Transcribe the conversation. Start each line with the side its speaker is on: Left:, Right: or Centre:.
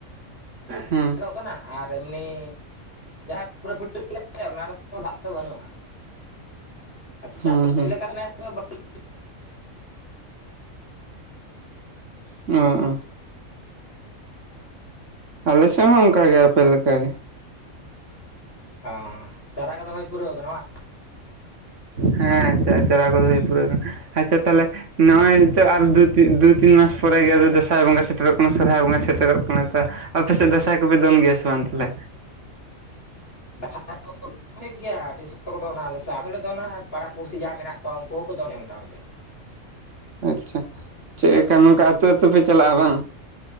Right: ᱦᱩᱸ᱾
Left: ᱧᱮᱞᱚᱜ ᱠᱟᱱᱟ ᱟᱨ ᱮᱢᱱᱤ ᱡᱟᱦᱟᱸᱭ ᱯᱩᱨᱟᱹ ᱯᱩᱨᱤ ᱜᱮ ᱚᱱᱟ ᱨᱮᱛᱚ ᱫᱟᱜ ᱛᱚ ᱵᱟᱹᱱᱩᱜᱼᱟ᱾ <inaudible>
Right: ᱦᱩᱸ ᱦᱩᱸ ᱩᱸ ᱩᱸ᱾ ᱟᱞᱮ ᱥᱮᱫ ᱦᱚᱸ ᱚᱱᱠᱟᱜᱮ ᱟᱯᱮ ᱞᱮᱠᱟ ᱜᱮ᱾
Left: ᱚ ᱪᱟᱨᱟ ᱠᱚᱫᱚ ᱦᱳᱭ ᱯᱩᱨᱟᱹᱣ ᱠᱟᱱᱟ ᱵᱟᱝ?
Right: ᱦᱮᱸ ᱪᱟ-ᱪᱟᱨᱟ ᱠᱚᱫᱚ ᱦᱩᱭ ᱯᱩᱨᱟᱹᱣ ᱠᱟᱱᱟ ᱟᱪᱪᱷᱟ ᱛᱟᱦᱚᱞᱮ ᱱᱚᱜᱼᱚᱭ ᱱᱤᱛᱟᱛᱚ ᱟᱨ ᱫᱩ ᱛᱤᱱ ᱫᱩ ᱛᱤᱱ ᱢᱟᱥ ᱯᱚᱨᱮ ᱜᱮ ᱟᱫᱚ ᱫᱟᱸᱥᱟᱭ ᱵᱚᱸᱜᱟ ᱥᱮᱴᱮᱨᱚᱜ ᱠᱟᱱᱟ ᱥᱚᱨᱦᱟᱭ ᱵᱚᱸᱜᱟ ᱥᱮᱴᱮᱨᱚᱜ ᱠᱟᱱᱟ ᱛᱚ ᱟᱯᱮᱥᱮᱫ ᱫᱥᱟᱭ ᱠᱚᱯᱮ ᱫᱚᱱ ᱜᱮᱭᱟ ᱥᱮ ᱵᱟᱝ ᱛᱟᱦᱞᱮ?
Left: <unintelligible> ᱦᱩᱭᱩᱜ ᱜᱮᱭᱟ ᱟᱹᱰᱤ ᱥᱚᱠᱛᱚ ᱠᱚ ᱫᱚᱱᱟ ᱟᱞᱮ ᱥᱮᱫ ᱟᱨᱦᱚᱸᱞᱮ ᱫᱚᱱᱟ ᱯᱟᱲᱟ ᱯᱩᱲᱥᱤ ᱡᱟ ᱢᱮᱱᱟᱜ ᱠᱚᱣᱟ ᱩᱱᱠᱩ ᱦᱚᱸᱠᱚ ᱫᱚᱱ ᱜᱮᱭᱟ ᱢᱚᱴᱟ ᱢᱩᱴᱤ᱾
Right: ᱟᱪᱪᱷᱟ ᱪᱮᱫ ᱮᱠᱟ ᱱᱚᱝᱠᱟ ᱟᱹᱛᱩ ᱟᱹᱛᱩ ᱯᱮ ᱪᱟᱞᱟᱜᱼᱟ ᱵᱟᱝᱻ